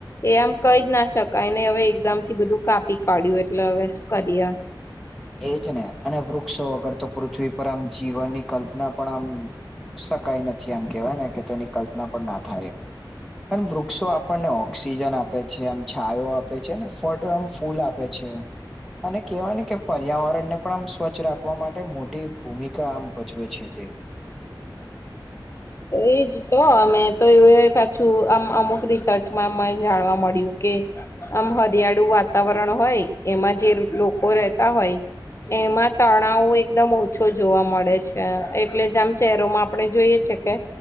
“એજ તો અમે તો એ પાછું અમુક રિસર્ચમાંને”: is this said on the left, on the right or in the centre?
Left